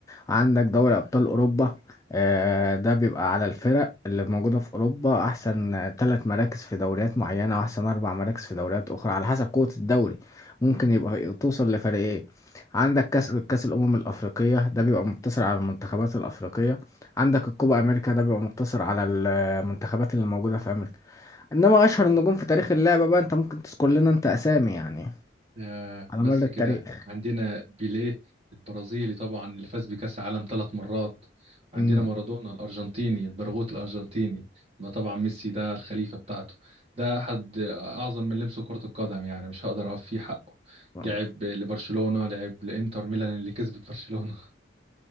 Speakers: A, on the left; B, on the right.
A: عندك دوري أبطال أوروبا آه، ده بيبقى على الفرق اللي موجودة في أوروبا أحسن ثلاث مراكز في دوريات معينة وأحسن أربع مراكز في دوريات أخرى على حسب قوة الدوري ممكن يبقى توصل لفريقين عندك كأس كأس الأمم الأفريقية ده بيبقى مقتصر على المنتخبات الأفريقية عندك الكوبا أمريكا ده بيبقى مقتصر على المنتخبات اللي موجودة في أمريكا إنما أشهر النجوم في تاريخ اللعبة بقى أنت ممكن تذكر لنا أنت أسامي يعني
B: آه
A: على
B: بس
A: مر التاريخ
B: كده عندنا بيليه البرازيلي طبعا اللي فاز بكأس العالم ثلاث مرات وعندنا
A: مم.
B: مارادونا الأرجنتيني البرغوث الأرجنتيني ما طبعا ميسي ده الخليفة بتاعته ده أحد أعظم من لمسه كرة القدم يعني مش هقدر أوفيه حقه
A: مم.
B: لعب لبرشلونة لعب لإنتر ميلان اللي كسبت برشلونة